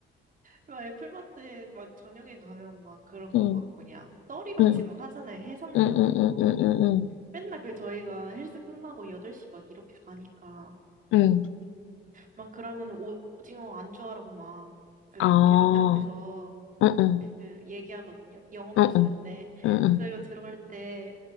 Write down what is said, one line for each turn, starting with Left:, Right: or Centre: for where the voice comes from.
Right: 막 애플마트에 막 저녁에 가면 막 그런
Left: 응,
Right: 거 막 뭐냐, 떠리같이
Left: 응,
Right: 막 하잖아요. 해산물
Left: 응,
Right: 같은
Left: 응, 응,
Right: 거.
Left: 응, 응, 응.
Right: 맨날 그 저희가 헬스 끝나고 8시 막 이렇게 가니까,
Left: 응. 응.
Right: 막 그러면 오징어 안주하라고 막, 그
Left: 아,
Right: 계산대 앞에서
Left: 응, 응,
Right: 그 얘기하거든요. 영업하시는데
Left: 응, 응, 응,
Right: 저희가 들어갈 때